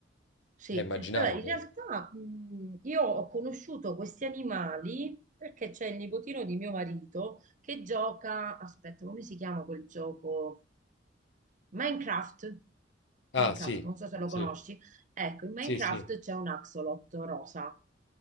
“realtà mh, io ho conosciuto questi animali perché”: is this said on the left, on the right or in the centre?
Right